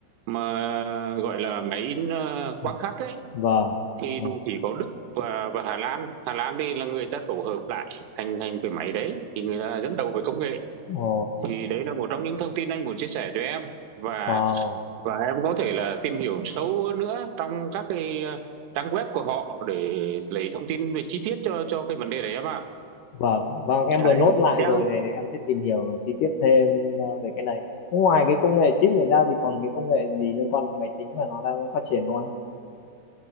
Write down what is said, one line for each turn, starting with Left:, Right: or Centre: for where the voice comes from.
Right: mà gọi là máy in ờ,
Left: ừ.
Right: quang khắc ấy
Left: Vâng.
Right: thì
Left: Vâng.
Right: chỉ có Đức và và Hà Lan Hà Lan thì là người ta tổ hợp lại thành thành cái máy đấy thì người ta là dẫn đầu về công nghệ
Left: Ồ,
Right: thì đấy là một trong những thông tin anh muốn chia sẻ cho em và
Left: wow.
Right: và em có thể là tìm hiểu sâu hơn nữa trong các cái ờ, trang web của họ để lấy thông tin về chi tiết cho cho cái vấn đề đấy em ạ
Left: Vâng. Vâng, em
Right: đấy
Left: vừa nốt lại
Right: em
Left: rồi để em sẽ tìm hiểu chi tiết thêm ờ, về cái này. Thế ngoài cái công nghệ chip này ra thì còn cái công nghệ gì liên quan đến máy tính mà nó đang phát triển không anh?